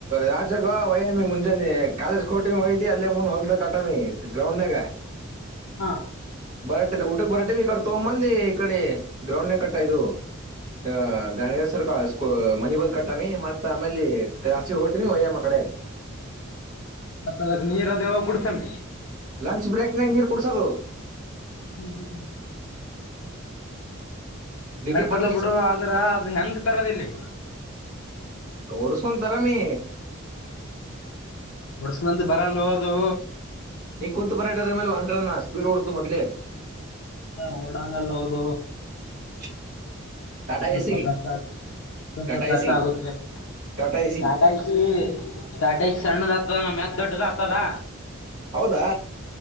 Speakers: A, on the right; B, on the left.
A: ರಾಜಾಗ ವಯಮಿ ಮುಂಜಾನೆ ಕಾಲೇಜ್ ಕೋಟಮಿ ವಯತಿ ಅಲ್ಲೇ ಮುಂದ್ ಹೊಲ್ದ ಕಟಮಿ ಗ್ರಾೌಂಡನಾಗ್
B: ಹಾ
A: ಬರಾಟೆ ಊಟಕ್ಕೆ ಬರಾಟೆ ಈ ಕಡೆ ತೊಂಬಂದಿ ಈ ಕಡೆ ಗ್ರೌಂಡ್ ನ ಕಟ್ಟ ಇದು ಅ ಗಾಣೇಗ್ಯಾರ್ ಸರ್ಕ ಸ್ ಮನಿ ಬಂದ್ ಕಟ್ಟಾಮಿ ಮತ್ತ ಆಮೇಲ್ಲಿ ಜಾಸಿ ಹೊರ್ಟನಿ ಒಯ್ಯಮ್ಮ ಕಡೆ
B: ಮತ್ತ ಅದಕ್ ನೀರ್ ಅದ ಯಾವಾಗ ಕುಡಿಸಮ್ಮಿ
A: ಲಂಚ್ ಬ್ರೇಕ್ನಾಗ ನೀರ್ ಕೊಡ್ಸೋದು.
B: ಹ್ಮ್ ಹ್ಮ್್ಮ
A: ಡಿ
B: ಕರೆಕ್ಟ್
A: ಕೆ ಪಾಟೀಲ್
B: ಅದ ಬಿಡು ಆದ್ರ ಅದು ಹೆಂಗ ತರದ ಇಲ್ಲಿ
A: ಓಡ್ಸ್ಕೊಂತಾರಾಮೀ
B: ಬುಡ್ಸ್ ಮತ್ ಬರಲ್ಲ ಹೋದು
A: ನೀ ಕುಂತು ಪರಾಟ ಅದ್ರ ಮೇಲೆ ಹಂಡ್ರನಾ ಸ್ಪೀಡ್ ಓಡ್ತು ಮೊದ್ಲೆ
B: ಇಲ್ಲ ಓಡಾಂಗಲ್ಲ ಹೋದು
A: <unintelligible>
B: ಸ್ವಲ್ಪ
A: ಎಸಿ
B: ಕಷ್ಟ ಆಗ್ ಸ್ವಲ್ಪ
A: ಟಾಟಾ
B: ಕಷ್ಟ
A: ಎಸಿ
B: ಆಗುದ್ರೆ
A: ಟಾಟಾ ಎಸಿ
B: ಸಾಡ ಐಶ ಸಾಡಐಶ ಸಣ್ಣ ಜದ ಮ್ಯಾಚ್ ದೊಡ್ಡ ಜತದಾ
A: ಹೌದಾ